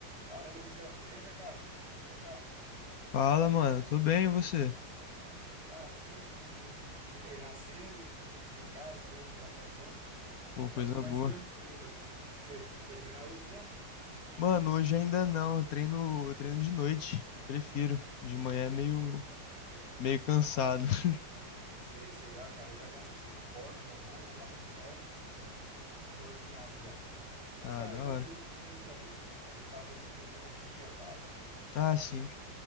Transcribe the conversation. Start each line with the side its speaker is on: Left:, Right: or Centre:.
Right: Fala, Levisão, beleza, cara? Como que você tá?
Left: Fala, mano. Tô bem, e você?
Right: Cara, tô bem também. Hoje fui treinar cedo, aí cheguei em casa, tomei um cafezão.
Left: Pô,
Right: Agora
Left: coisa
Right: eu tô mais
Left: boa.
Right: tranquilo aqui. Você foi treinar hoje já?
Left: Mano, hoje ainda não. Eu treino, eu treino de noite. Prefiro. De manhã é meio,
Right: Entendi.
Left: meio cansado. <laughs>
Right: Sei, sei. Ah, cara, eu já gosto de cedo. Acordo, já vou, já tomo um sol e já fico endorfinado já. Mas,
Left: Ah,
Right: cara,
Left: da
Right: aquele
Left: hora.
Right: dia eu precisei sair. A gente tava falando sobre economia e tal.
Left: Ah,
Right: E
Left: sim.